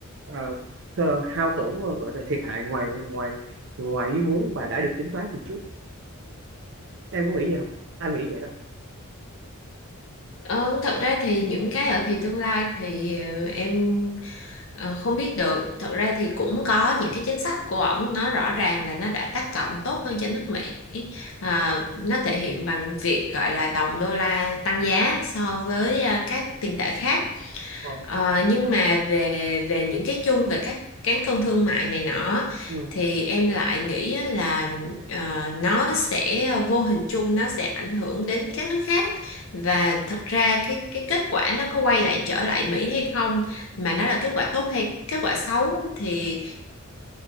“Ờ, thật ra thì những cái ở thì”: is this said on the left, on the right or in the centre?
Left